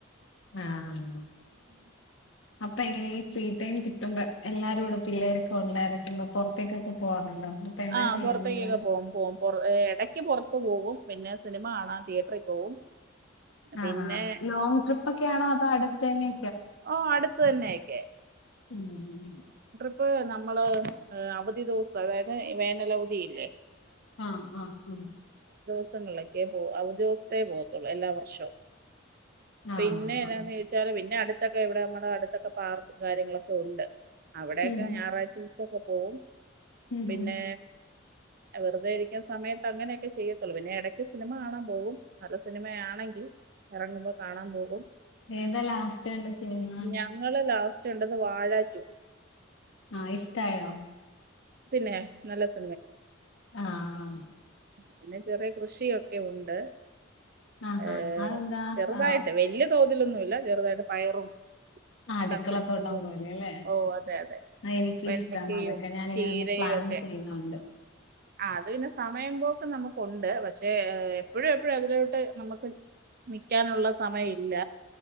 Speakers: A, on the left; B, on the right.
A: ആഹ് ആഹ്
B: <inaudible>
A: അപ്പൊ എങ്ങനെ ഈ ഫ്രീ ടൈം കിട്ടുമ്പോ എല്ലാരും കൂടെ പിള്ളേരൊക്കെ ഉണ്ടായിരിക്കുമ്പൊ പുറത്തേക്കൊക്കെ പോവാറുണ്ടോ അപ്പൊ എന്താ
B: ആഹ്
A: ചെയ്യാ
B: പുറത്തേക്കൊക്കെ
A: നിങ്ങള്
B: പോകും പോകും എടക്ക് പൊർത്ത് പോകും പിന്നെ സിനിമ കാണാൻ തിയേറ്ററിൽ പോകും പിന്നെ
A: ആഹ് ആഹ് ലോങ് ട്രിപ്പൊക്കെയാണാ അതൊ അടുത്ത് തന്നെ
B: ഓഹ് അടുത്ത് തന്നെ <unintelligible>
A: ആഹ്
B: ഇപ്പ നമ്മള് അവധി ദിവസം അതായത് വേനലവതി ഇല്ലേ
A: ആ ഹ ഹ
B: ദിവസങ്ങളിലൊക്കെ പോ അവതി ദിവസത്തേ പോകത്തുള്ളൂ എല്ലാ വർഷവും
A: ആഹ്
B: പിന്നെ എന്നാന്ന്
A: ആഹ്
B: ചോദിച്ചാല് പിന്നെ അടുത്തൊക്കെ എവിടാന്ന് അടുത്തൊക്കെ പാർക്കും കാര്യങ്ങളൊക്കെ ഉണ്ട് അവിടെയക്ക
A: ഉം
B: ഞായറാഴ്ച ദിവസക്കെ ഓ
A: ഉം ഉം
B: പിന്നെ
A: ഉം
B: വെറുതെ ഇരിക്കുന്ന സമയത്ത് അങ്ങനെയൊക്കെ ചെയ്യത്തുള്ളൂ പിന്നെ ഇടക്ക് സിനിമ കാണാൻ പോകും നല്ല സിനിമയാണെങ്കിൽ ഇറങ്ങുമ്പോ കാണാൻ പോകും
A: ഏതാ ലാസ്റ്റ് കണ്ട സിനിമ
B: ഞങ്ങള് <unintelligible> കണ്ടത് വാഴാ റ്റു
A: ആ ഇഷ്ടായോ
B: പിന്നെ നല്ല സി..
A: ആഹ
B: പിന്നെ ചെറിയ കൃഷിയൊക്കെ ഉണ്ട്
A: ആ ഹ
B: ഏഹ്
A: അതെന്താ
B: ചെറുതായിട്ട്
A: ആ ഹ
B: <unintelligible> പയറും
A: ആ അടുക്കളത്തോട്ടം
B: കത്രിക്കയും
A: പോലെ അല്ലേ
B: ഓ അതെ അതെ
A: ആ എനിക്ക്
B: വെണ്ടയ്ക്കയും
A: ഇഷ്ടാണ് അതൊക്കെ ഞാൻ
B: ചീരയും
A: ഇങ്ങനെ ഒന്ന് പ്ലാൻ
B: ഒക്കെ
A: ചെയ്യുന്നുണ്ട്
B: ആ അത് പിന്നെ സമയം പോക്ക് നമുക്കുണ്ട് പക്ഷേ എപ്പോഴും എപ്പോഴും അതിലോട്ട് നമുക്ക് നിക്കാനുള്ള സമയം ഇല്ല